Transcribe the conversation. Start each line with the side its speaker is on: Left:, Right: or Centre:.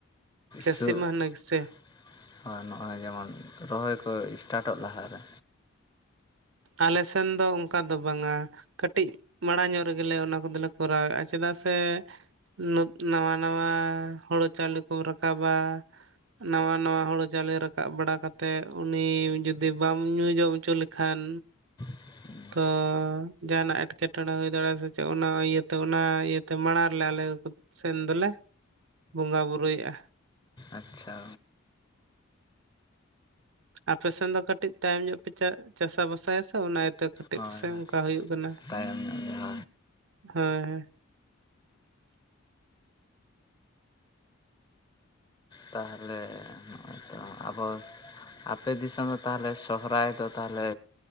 Right: ᱪᱟᱹᱥᱤ
Left: ᱥᱚ
Right: ᱢᱟᱹᱦᱱᱟᱹ ᱜᱮᱥᱮ
Left: <unintelligible> ᱦᱳᱭ ᱱᱚᱜᱼᱚᱭ ᱡᱮᱢᱚᱱ ᱨᱚᱦᱚᱭ ᱠᱚ ᱤᱥᱴᱟᱴᱚᱜ ᱞᱟᱦᱟᱨᱮ
Right: ᱟᱞᱮ ᱥᱮᱱ ᱫᱚ ᱚᱱᱠᱟ ᱫᱚ ᱵᱟᱝᱟᱹ ᱠᱟᱹᱴᱤᱡ ᱢᱟᱲᱟᱝ ᱧᱚᱜ ᱨᱮᱜᱮᱞᱮ ᱚᱱᱟ ᱠᱚᱫᱚᱞᱮ ᱠᱚᱨᱟᱣᱮᱫᱼᱟ ᱪᱮᱫᱟᱜ ᱥᱮ <unintelligible> ᱱᱟᱣᱟ ᱱᱟᱣᱟ ᱦᱳᱲᱳ ᱪᱟᱣᱞᱮ ᱠᱚ ᱨᱟᱠᱟᱵᱟᱹ ᱱᱟᱶᱟ ᱱᱟᱶᱟ ᱦᱩᱲᱩ ᱪᱟᱣᱮ ᱨᱟᱠᱟᱵ ᱵᱟᱲᱟ ᱠᱟᱛᱮᱜ ᱩᱱᱤ ᱡᱩᱫᱤ ᱵᱟᱢ ᱧᱩ ᱡᱚᱢ ᱦᱚᱪᱚ ᱠᱷᱟᱱ
Left: ᱦᱩᱸ <unintelligible>
Right: ᱛᱚ ᱡᱟᱦᱟᱱᱟᱜ ᱮᱴᱠᱮᱴᱚᱬᱮ ᱦᱩᱭ ᱫᱟᱲᱮᱭᱟᱜᱼᱟ ᱥᱮ ᱪᱮᱫ ᱚᱱᱟ ᱤᱭᱟᱹᱛᱮ ᱚᱱᱟ ᱤᱭᱟᱹᱛᱮ ᱢᱟᱲᱟᱝ ᱨᱮᱞᱮ ᱟᱞᱮ ᱥᱮᱱ ᱫᱚᱞᱮ ᱵᱚᱸᱜᱟ ᱵᱳᱨᱳᱭᱮᱜᱼᱟ
Left: ᱟᱪᱪᱷᱟ
Right: ᱟᱯᱮ ᱥᱮᱱ ᱫᱚ ᱠᱟᱹᱴᱤᱡ ᱛᱟᱭᱚᱢ ᱧᱚᱜ ᱯᱮ ᱪᱟ ᱪᱟᱥᱟ ᱵᱟᱥᱟᱭᱟ ᱥᱮ ᱚᱱᱟ ᱤᱭᱟᱹᱛᱮ ᱠᱟᱹᱴᱤᱡ
Left: ᱦᱳᱭ
Right: ᱯᱟᱥᱮᱡ ᱚᱱᱠᱟ ᱦᱩᱭᱩᱜ ᱠᱟᱱᱟ
Left: ᱛᱟᱭᱚᱢ ᱧᱚᱜ ᱜᱮ ᱦᱟᱸᱜ
Right: ᱦᱳᱭ <unintelligible>
Left: ᱛᱟᱦᱚᱞᱮ ᱱᱚᱜᱼᱚᱭ ᱛᱚ ᱟᱵᱚ ᱟᱯᱮ ᱫᱤᱥᱚᱢ ᱫᱚ ᱛᱟᱦᱚᱞᱮ ᱥᱚᱦᱚᱨᱟᱭ ᱫᱚ ᱛᱟᱦᱚᱞᱮ